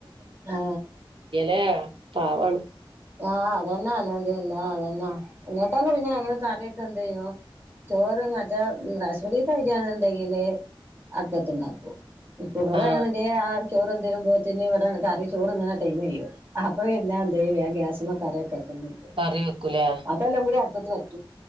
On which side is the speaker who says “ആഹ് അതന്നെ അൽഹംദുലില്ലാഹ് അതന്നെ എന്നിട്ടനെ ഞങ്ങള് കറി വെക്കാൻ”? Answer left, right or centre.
Right